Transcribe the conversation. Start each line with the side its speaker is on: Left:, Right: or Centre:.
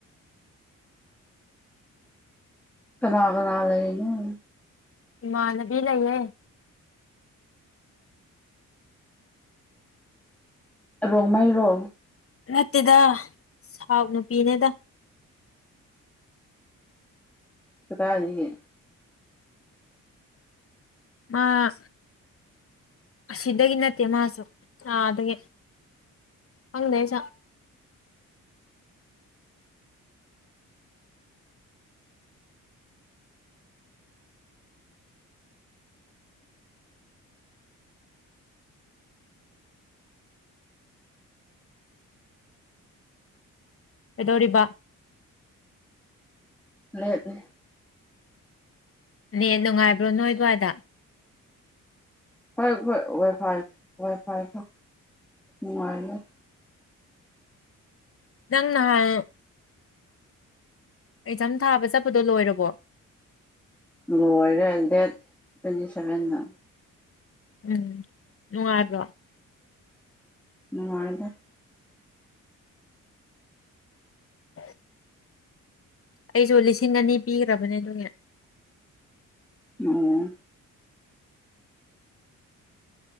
Centre: ꯀꯅꯥ ꯀꯅꯥ ꯂꯩꯅꯣ
Left: ꯏꯃꯥꯅꯕꯤ ꯂꯩꯌꯦ
Centre: ꯔꯣꯡꯃꯩꯔꯣ
Left: ꯅꯠꯇꯦꯗ ꯁꯥꯎꯠ ꯅꯨꯄꯤꯅꯦꯗ
Centre: ꯀꯗꯥꯏꯗ ꯂꯩꯒ‌ꯦ
Left: ꯑꯥ ꯑꯁꯤꯗꯒꯤ ꯅꯠꯇꯦ ꯃꯥꯁꯨ ꯑꯥꯗꯒꯤ ꯈꯡꯗꯦ ꯑꯩꯁꯨ ꯀꯩꯗꯧꯔꯤꯕ
Centre: ꯂꯦꯞꯄꯤ
Left: ꯅꯦꯠ ꯅꯨꯡꯉꯥꯏꯕ꯭ꯔꯣ ꯅꯣꯏ ꯑꯗꯨꯋꯥꯏꯗ
Centre: ꯍꯣꯏ ꯍꯣꯏ ꯋꯥꯏ ꯐꯥꯏ ꯋꯥꯏ ꯐꯥꯏ ꯅꯨꯡꯉꯥꯏꯅꯤ
Left: ꯅꯪ ꯅꯍꯥꯟ ꯑꯦꯛꯖꯥꯝ ꯊꯥꯕ ꯆꯠꯄꯗꯣ ꯂꯣꯏꯔꯕꯣ
Centre: ꯂꯣꯏꯔꯦ ꯗꯦꯠ ꯇ꯭ꯋꯦꯟꯇꯤ ꯁꯚꯦꯟꯅ
Left: ꯎꯝ ꯅꯨꯉꯥꯏꯕꯔꯣ
Centre: ꯅꯨꯡꯉꯥꯏꯗ
Left: <inaudible> ꯑꯩꯖꯨ ꯂꯤꯁꯤꯡ ꯑꯅꯤ ꯄꯤꯈ꯭ꯔꯕꯅꯦ ꯑꯗꯨꯒꯤ
Centre: ꯑꯣ